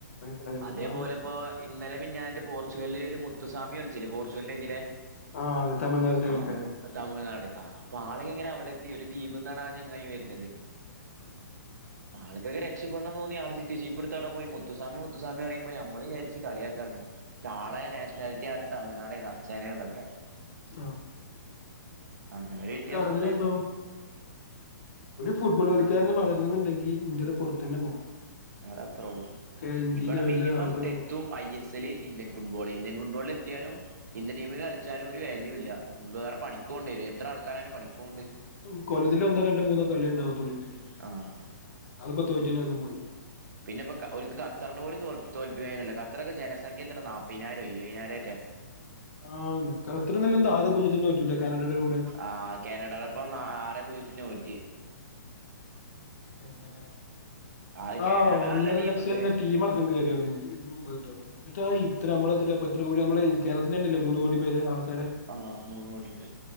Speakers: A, on the left; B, on the right.
A: പരമാവധി
B: അതേപോലെ ഇപ്പോ ഇന്നലെ മിഞ്ഞാനന്റെ പോർച്ചുഗലിൽ ഒരു മുത്തുസ്വാമി കളിച്ചില്ലേ പോർച്ചുഗലിനെതിരെ
A: ആ അതെ തമിഴ്നാടിന്റെ കളിക്കാരൻ
B: ആഹ് തമിഴ്നാട് ആ അപ്പൊ ആള്ക്കെ എങ്ങനെ അവിടെ എത്തി ഒരു ദ്വീപിന്റെ അ ങ്ങായി വരുന്നത്
A: ആഹ്
B: ആൾക്കൊക്കെ രക്ഷപ്പെടണംന്ന് തോന്നി ആൾ ജീപ്പെടുത്തവിടെ പോയി മുത്തുസ്വാമി മു സ്വാമി പറയുമ്പോ ഞമ്മള് വിചാരിച്ച് കളിയക്കാണ് ചാളെ
A: ആ,
B: നാഷണാലിറ്റ തി ആദ്യം തമിഴ്നാടയിരുന്ന് അച്ഛനും ഇതൊക്കെ
A: ആഹ്
B: അങ്ങനെ ഒരു
A: ഇവർക്ക്
B: വ്യത്യാസമുണ്ട്
A: ആഗ്രഹം ഉണ്ടാവും ഒരു ഫുട്ബോൾ കളിക്കാരന് വള ന്നുണ്ടെങ്കി ഇന്ത്യയുടെ പുറത്തന്നെ പോകണം
B: ആടാ അത്രേ ഉള്ളൂ
A: കേ- ഇന്ത്യയിലെ
B: ഇവിടെ
A: വല്ല
B: മിനിമം
A: ആൾക്കാരും
B: എത്തും I S L Indian football Indian ഫുട്ബോളിലെത്തിയാലും ഇന്ത്യൻ ടീമ കളിച്ചാലും ഒരു വാല്യൂ ഇല്ല വേറെ പണിക്ക് പോണ്ടി വരും എത്ര ആൾക്കാരാ അതിന്റെ പണിക്ക് പോണ്ട്
A: മ് കൊല്ലത്തില് ഒന്നോ രണ്ട് മൂന്നോ കളിഉണ്ടാവത്തോള് ഇന്ത്യൻ ടീമിലെക്ക്
B: ആഹ്
A: അതിപ്പ തോറ്റ്കഴിഞ്ഞ അതും പോയി
B: പിന്നെപ്പ ഒലുക്ക് കത്തറിന് പോലും തോ തോൽപ്പിക്കഴിഞ്ഞില്ല ഖത്തറൊക്കെ ജനസംഖ്യ എത്ര നാപ്പതിനായിരോ ഇരുപതിനായിരറ്റെ
A: ആ നിനക്ക് അത്ര നല്ല എന്താ ആരെ പൂജ്യത്തിന് തോറ്റില്ല കാനഡയുടെ കൂടെ
B: ആ കാനഡടെപ്പം നാ ആറെ പൂജ്യത്തി നോറ്റിയെ
A: എങ്ങനെ
B: ആ കാനഡ
A: ആഹ് ഒന്നര
B: നല്ല ടീമുണ്ട്
A: ലക്ഷംല്ലാ ടീം ആർക്കും കേറി വന്ന എന്നിട്ട <unintelligible> ത്തര നമ്മള് എത്തര ത്തരകോടി നമ്മള് കേരത്തിൽ തന്നെയല്ല മൂന്ന് കോടി പേരെ ആൾക്ക്
B: ആഹ് മൂന്നുകോടിയുണ്ട്